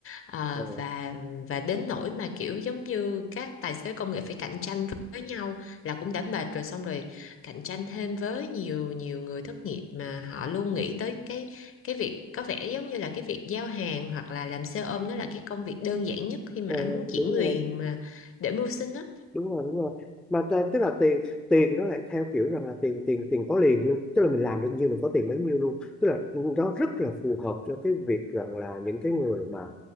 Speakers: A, on the left (about 40°); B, in the centre.
A: Ờ,
B: Ờ,
A: và và đến nỗi mà kiểu giống như các tài xế công nghệ phải cạnh tranh với nhau là cũng đã mệt rồi xong rồi cạnh tranh thêm với nhiều nhiều người thất nghiệp mà họ luôn nghĩ tới cái cái việc có vẻ giống như là cái việc giao hàng hoặc là làm xe ôm nó là cái công việc đơn giản nhất khi mà
B: ờ,
A: anh muốn chuyển
B: đúng
A: quyền
B: rồi
A: mà để mưu sinh á
B: đúng rồi đúng rồi mà ta- tức là tiền tiền nó lại theo kiểu rằng là tiền tiền tiền có liền luôn tức là mình làm được nhiêu mình có tiền bấy nhiêu luôn tức là nó rất là phù hợp cho cái việc rằng là những cái người mà